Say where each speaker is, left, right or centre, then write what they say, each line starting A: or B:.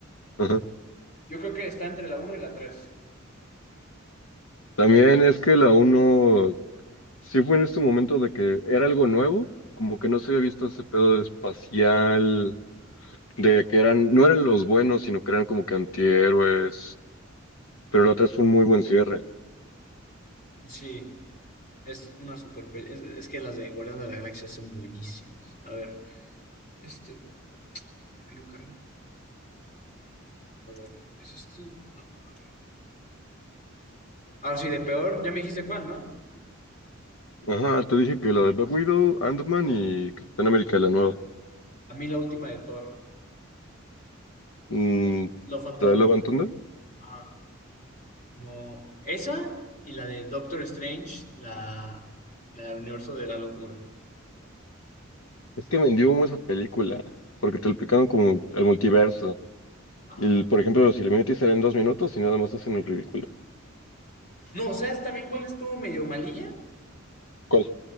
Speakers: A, on the left (about 80°); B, on the left (about 40°).
A: Ajá.
B: Yo creo que está entre la uno y la tres
A: También es que la uno sí fue en este momento de que era algo nuevo, como que no se había visto ese pedo espacial de que eran, no eran los buenos, sino que eran como que antihéroes, pero la otra es un muy buen cierre.
B: sí, es una super peli. Es, es que las de Guardianes de la Galaxia son buenísimas. A ver, este, ¿por qué no carga? A ver, ¿es este? No, a ver. Ahora sí, de peor, ya me dijiste cuál, ¿no?
A: Ajá, te dije que la de Black Widow, Ant-Man y Capitán América la nueva.
B: A mí la última de Thor,
A: Mm,
B: el Love and Thunder.
A: la de Love and Thunder.
B: Ajá. No, esa y la de Doctor Strange, la, la del universo de la locura.
A: Es que vendió humo esa película, porque te lo explicaban como el multiverso.
B: Ajá.
A: Y, el- por ejemplo, los Illuminati salen dos minutos y nada más hacen el ridículo.
B: No, ¿sabes también cuál estuvo medio malilla?
A: ¿Cuál?